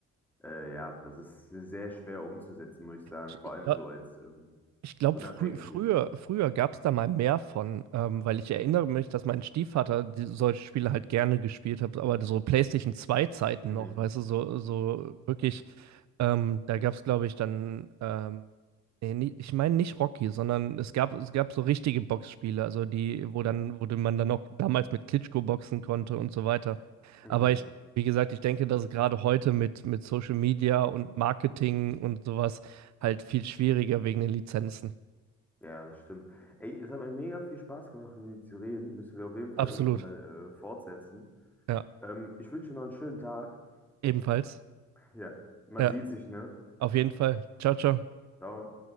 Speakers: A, in the centre; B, on the right.
A: äh, ja, das ist sehr schwer umzusetzen, muss ich sagen,
B: Ich,
A: vor allem
B: glaub-
A: so als ähm,
B: ich glaube,
A: Unabhängige.
B: frü früher, früher gab es da mal mehr von, ähm, weil ich erinnere mich, dass mein Stiefvater die, solche Spiele halt gerne gespielt hat, aber so PlayStation zwei zeiten
A: Mhm,
B: noch, weißt du, so, so wirklich Ähm, da gab es, glaube ich, dann, ähm, nee, nie- ich meine nicht Rocky, sondern es gab, es gab so richtige Boxspiele, also die, wo dann, wo man dann auch damals mit Klitschko boxen konnte und so weiter.
A: mhm.
B: Aber ich, wie gesagt, ich denke, dass es gerade heute mit, mit Social Media und Marketing und sowas halt viel schwieriger wegen den Lizenzen.
A: Ja, das stimmt. Ey, es hat mir mega viel Spaß gemacht, mit dir zu reden. Müssen wir auf jeden Fall
B: Absolut,
A: irgendwann mal äh, fortsetzen.
B: ja.
A: Ähm, ich wünsche dir noch einen schönen Tag.
B: Ebenfalls.
A: Ja, man
B: Ja,
A: sieht sich, ne?
B: auf jeden Fall. Ciao, ciao.
A: ciao